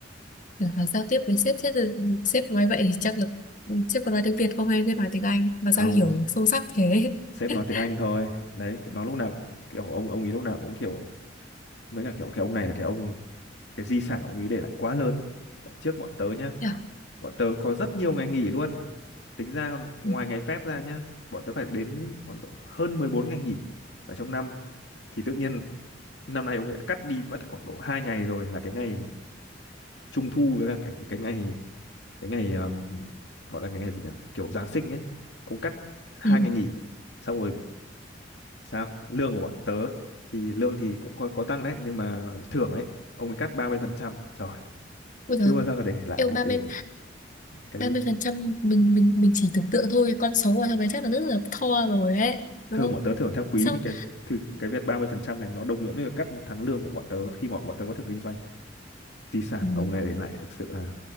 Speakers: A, on the left (about 45°); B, on the left (about 70°).
A: Tưởng là giao tiếp với sếp sếp thì- sếp nói vậy thì chắc là sếp còn nói tiếng Việt không hay sếp nói tiếng Anh mà
B: không
A: sao hiểu sâu sắc thế
B: sếp
A: <laughs>
B: nói tiếng Anh thôi đấy nó lúc nào cũng kiểu ông ông ấy lúc nào cũng kiểu với cả kiểu cái ông này là cái ông cái di sản ông ấy để lại quá lớn tại trước bọn tớ nhá
A: Hiểu.
B: bọn tớ có rất nhiều ngày nghỉ luôn tính ra ngoài
A: ừ.
B: ngày phép ra nhá bọn tớ phải đến khoảng độ hơn 14 ngày nghỉ ở trong năm thì tự nhiên năm nay ông lại cắt đi mất khoảng độ hai ngày rồi là cái ngày trung thu với cả cái cái ngày cái ngày um, gọi là cái ngày gì nhỉ kiểu Giáng sinh ấy ông cắt hai
A: Ừ.
B: ngày nghỉ xong rồi sao lương của bọn tớ thì lương thì cũng có có tăng đấy nhưng mà thưởng ấy ông ấy cắt ba mươi phần trăm trời
A: Ôi
B: chưa
A: giời,
B: bao giờ để lại
A: em
B: một
A: ba
B: cái
A: mươi
B: cái
A: ba mươi phần trăm mình mình mình chỉ tưởng tượng thôi con số của thằng bé chắc là rất là to rồi ấy đúng
B: thường
A: không
B: bọn tớ thưởng theo quý
A: sao
B: thì cái thì cái việc 30% này nó đồng nghĩa với việc cắt một tháng lương của bọn tớ khi bọn bọn tớ có thực kinh doanh di sản
A: ừ.
B: mà ông này để lại thực sự là